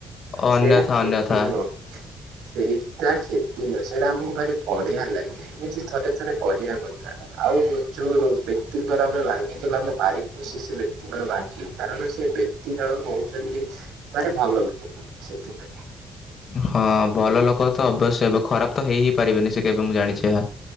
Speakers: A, on the left; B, on the right.
A: ଅନ୍ୟଥା
B: ସେଇଟା କ୍ଷେତି
A: ଅନ୍ୟଥା
B: ନୁହଁ। ସେଇଟା କ୍ଷତି ନୁହଁ ସେଇଟା ଆମକୁ ଭାରି ବଢିଆ ଲାଗେ ଏମିତି ଥରେ ଥରେ କରିବା କଥା। ଆଉ ଯୋଉ ବ୍ୟକ୍ତିଙ୍କର ଆମେ ଭାଙ୍ଗିଥିଲୁ ଆମେ ଭାରି ଖୁସି ସେ ବ୍ୟକ୍ତିଙ୍କର ଭାଙ୍ଗିବୁ କାରଣ ସେ ବ୍ୟକ୍ତି ଜଣକ ହହୁଛନ୍ତି ମାନେ ଭଲ ବ୍ୟକ୍ତି ଟିଏ ସେଥିପାଇଁ।
A: ହଁ ଭଲ ଲୋକ ତ ଅବଶ୍ୟ ହେବେ ଖରାପ ତ ହେଇ ହି ପାରିବେନି ସେ କେବେ ମୁଁ ଜାଣିଛି ଏହା